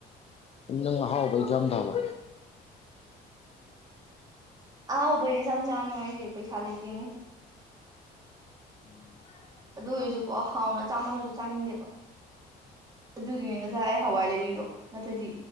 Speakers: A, on the left (about 35°); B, on the right (about 25°).
A: ꯁꯨꯝ ꯅꯪ ꯑꯍꯥꯎꯕ ꯏꯖꯥꯡ ꯊꯕ
B: ꯑꯍꯥꯎꯕ ꯑꯦꯟꯁꯥꯡ ꯆꯥꯅꯉꯥꯏꯁ‌ꯦ ꯄꯩꯁꯥ ꯂꯩꯇ‌ꯦꯅ‌ꯦ
A: <unintelligible>
B: ꯑꯗꯨ ꯑꯣꯏꯖꯨꯀꯣ ꯍꯥꯎꯅ ꯆꯥꯝꯃꯜꯂꯁꯨ ꯆꯥꯅꯤꯡꯗꯦꯕ ꯑꯗꯨꯒꯤꯅꯦ ꯉꯁꯥꯏ ꯑꯩ ꯍꯋꯥꯏ ꯂꯩꯔꯤꯗꯣ ꯅꯠꯇ꯭ꯔꯗꯤ